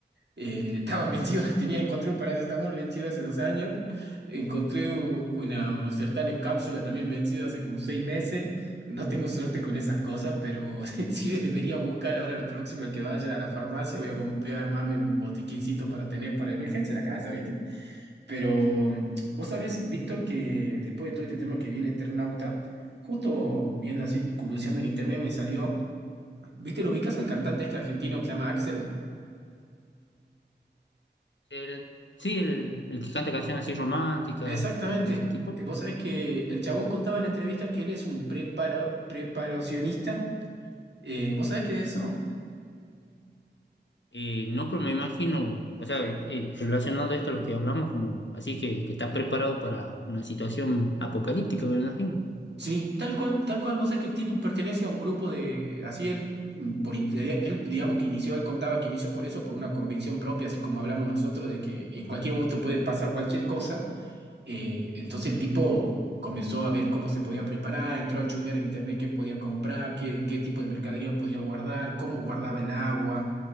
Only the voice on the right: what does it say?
Eh, estaban vencidos, <laughs> tenía, encontré un paracetamol vencido hace dos años, encontré u- una, unos Sertal en cápsula también vencido hace como seis meses. No tengo suerte con esas cosas, pero <laughs> sí debería buscar ahora la próxima que vaya a la farmacia. Voy a, com- voy a armarme un botiquincito para tener para emergencia en la casa, ¿viste? Pero vos sabés, Víctor, que después de todo este tema que vi el Eternauta, justo viendo así, curioseando en internet, me salió. ¿Viste? ¿Lo ubicas al cantante este argentino que se llama Axel?
Exactamente.
Vos sabés que el chabón contaba en la entrevista que él es un preparo- preparacionista. Eh, ¿vos sabés qué es eso?
Sí, tal cual, tal cual. Vos sabés que el tipo pertenece a un grupo de... Así él, mm, por, in- eh, él, digamos que inició, él contaba que inició por eso, por una convicción propia, así como hablamos nosotros, de que en cualquier momento puede pasar cualquier cosa. Eh, entonces el tipo comenzó a ver cómo se podía preparar, entró a chumear en internet qué podía comprar, qué, qué tipo de mercadería podía guardar, cómo guardaba el agua